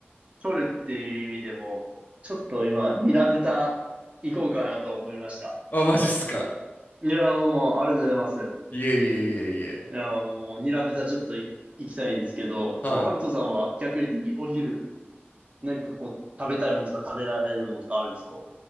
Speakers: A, on the right; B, on the left.
A: 取るっていう意味でも、ちょっと今、ニラ豚行こうかなと思いました。
B: あ、マジっすか。
A: いや、もう、ありがとうございます。
B: いえいえいえいえ。
A: いや、もう、ニラ豚ちょっとい行きたいんですけど、ちょっとハルトさんは逆にお昼、
B: はい。
A: 何かこう、食べたいものとか食べられるものとかあるんですか